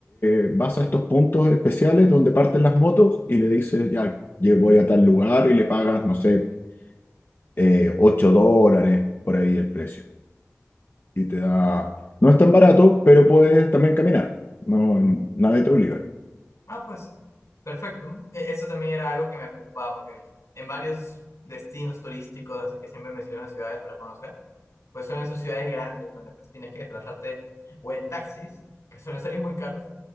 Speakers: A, on the left (about 45°); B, on the left (about 80°).
A: eh, vas a estos puntos especiales donde parten las motos y le dices, ya, yo voy a tal lugar y le pagas, no sé, eh, 8 dólares por ahí el precio. Y te da, no es tan barato, pero puedes también caminar. No, nadie te obliga.
B: Ah, pues, perfecto. E- Eso también era algo que me preocupaba porque en varios destinos turísticos, así que siempre mencionan ciudades para conocer. pues suelen ser ciudades grandes donde pues tienes que desplazarte o en taxis, que suelen ser muy caros,